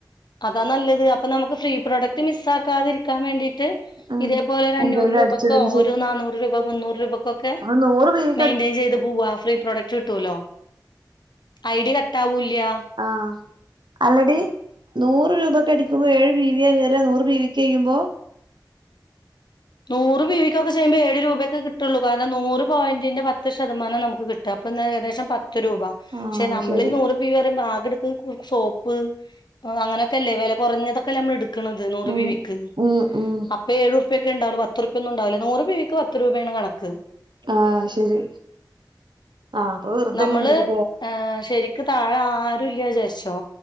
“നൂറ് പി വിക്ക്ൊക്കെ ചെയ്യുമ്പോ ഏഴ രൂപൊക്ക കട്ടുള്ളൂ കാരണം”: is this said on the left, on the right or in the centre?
Left